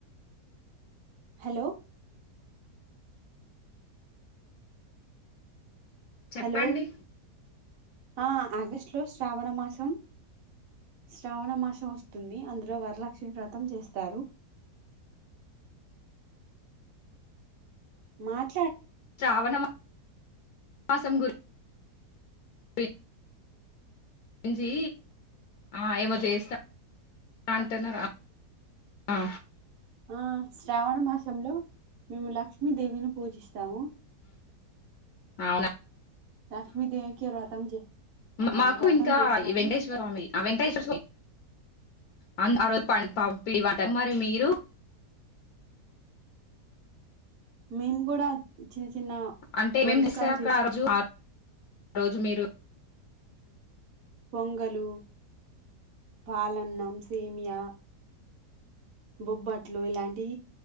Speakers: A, on the right; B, on the left.
A: hello
B: చెప్పండి
A: hello ఆ ఆగస్టు లో శ్రావణ మాసం శ్రావణ మాసం వస్తుంది అందులో వరలక్ష్మి వ్రతం చేస్తారు మాట్
B: శ్రావణ మాసం గురు వి రించి ఆ ఏమో చేస్తా కంటునరా ఆ
A: ఆ శ్రావణ మాసంలో మేము లక్ష్మీదేవిని పూజిస్తాము
B: అవునా
A: లక్ష్మీదేవికి వ్రతం చే ఆ
B: మాకు
A: వ్రతం
B: ఇంకా
A: చేస్తాము
B: ఈ వెంకటేశ్వర స్వామి ఆ వెంకటేశ్వర స్వామి అఅంద్ ఆ రోజు పన్ పి పిండి వంటలు మరి మీరు
A: మేము కూడా చిన్న చిన్న
B: అంటే మేం
A: వంటకాలు
B: చేస్తారు అక్కడ
A: చేసుకుం
B: ఆ రోజు ఆ రోజు మీరు
A: పొంగలు పాలన్నం సేమియా బొబ్బట్లు ఇలాంటి